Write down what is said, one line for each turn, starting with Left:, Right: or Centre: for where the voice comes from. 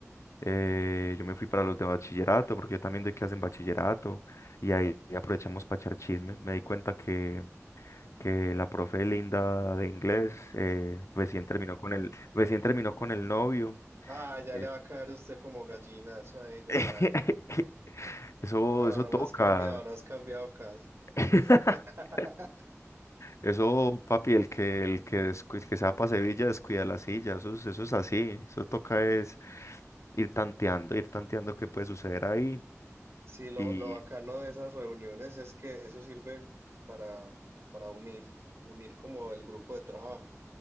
Left: Eh, yo me fui para los de bachillerato, porque yo también doy clase en bachillerato, y ahí aprovechamos para echar chisme. Me di cuenta que, que la profe Linda de inglés eh, recién terminó con el, recién terminó con el novio.
Right: Ah, ya
Left: Eh,
Right: le va a caer usted como gallina, eso ahí yo
Left: <laughs>
Right: sabía.
Left: Eso,
Right: No, no,
Left: eso
Right: no,
Left: toca.
Right: no has cambiado, no has cambiado casi.
Left: <laughs>
Right: <laughs>
Left: Eso, papi, el que, el que, descu- el que se va para Sevilla descuida la silla. Eso, es- eso es así. Eso toca es ir tanteando, ir tanteando qué puede suceder ahí.
Right: Sí, lo,
Left: Y,
Right: lo bacano de esas reuniones es que eso sirve para, para unir, unir como el grupo de trabajo,